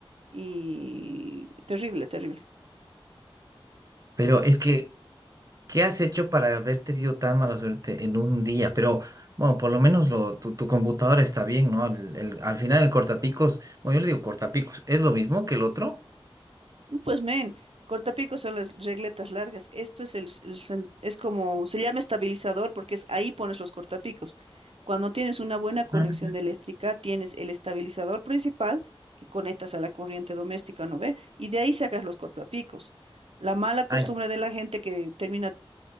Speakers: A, on the right (about 85°); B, on the right (about 35°).
A: y terrible, terrible.
B: Pero es que, ¿qué has hecho para haber tenido tan mala suerte en un día? Pero, bueno, por lo menos lo, tu, tu computadora está bien, ¿no? El- el- al final el cortapicos, bueno, yo le digo cortapicos, ¿es lo mismo que el otro?
A: Pues men, cortapicos son las regletas largas. Esto es el, s- el sen- es como, se llama estabilizador porque es ahí pones los cortapicos. Cuando tienes una buena conexión
B: Ah,
A: eléctrica, tienes el estabilizador principal que conectas a la corriente doméstica, ¿no ve? Y de ahí sacas los cortapicos. La mala costumbre
B: Ay,
A: de la gente que termina